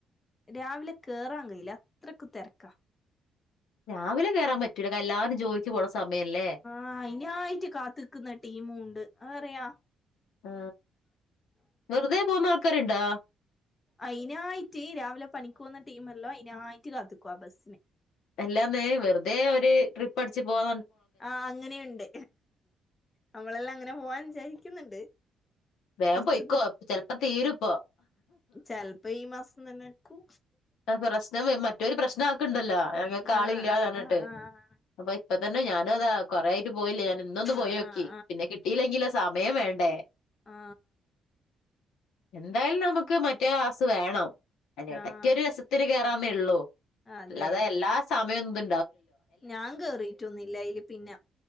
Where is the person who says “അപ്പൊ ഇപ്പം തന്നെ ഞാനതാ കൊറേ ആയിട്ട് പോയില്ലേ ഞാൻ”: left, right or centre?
Left